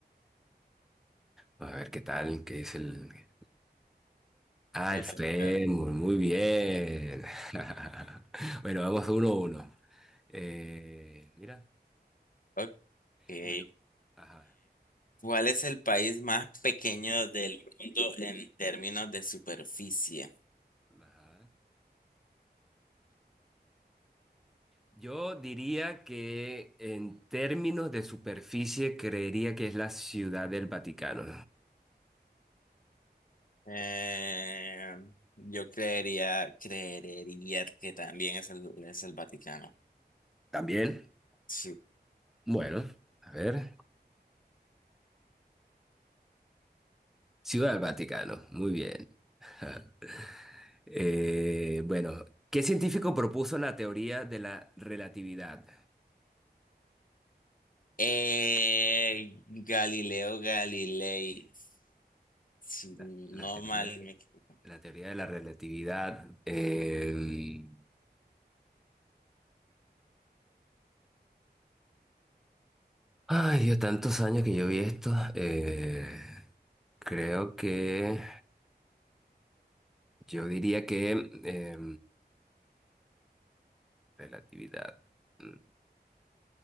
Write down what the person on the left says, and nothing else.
Es
el fémur.
Ok. Eh,
¿cuál es el país más pequeño del mundo en términos de superficie?
Eh, yo creería, creería que también es el, es el Vaticano.
Sí.
Eh, Galileo Galilei. Si
No
mal me equivoco,